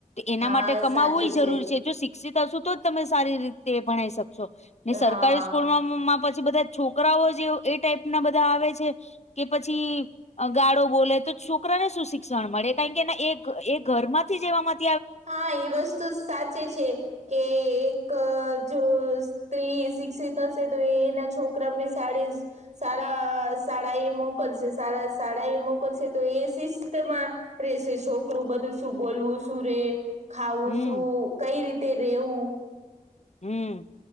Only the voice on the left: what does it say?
એના
માટે કમાવુંય
જરૂરી છે જો સિક શિક્ષણ હ તો જ તમે સારી રીતે ભણાઈ શકશો ને સરકારી
સ્કૂલમાં માં પછી બધા છોકરાઓ જે એ ટાઈપ ના બધા આવે છે. કે પછી ગાળો બોલે તો છોકરાને શું શિક્ષણ મળે કારણ કે એ એ ઘર માંથી જવા માટ
હમ
હમ